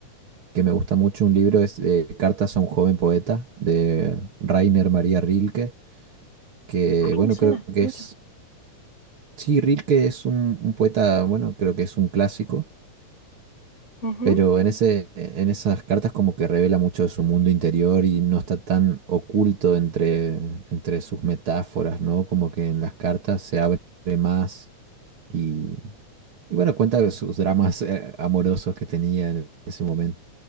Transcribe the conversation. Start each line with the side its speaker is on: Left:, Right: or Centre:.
Right: que me gusta mucho un libro es eh, Cartas a un joven poeta de Rainer María Rilke que
Left: Ay,
Right: bueno,
Left: me suena
Right: creo que
Left: mucho.
Right: es Sí, Rilke es un, un poeta, bueno, creo que es un clásico,
Left: Ujú,
Right: pero en ese, en esas cartas como que revela mucho de su mundo interior y no está tan oculto entre, entre sus metáforas, ¿no? Como que en las cartas se abre más y, y bueno, cuenta de sus dramas eh, amorosos que tenía en ese momento.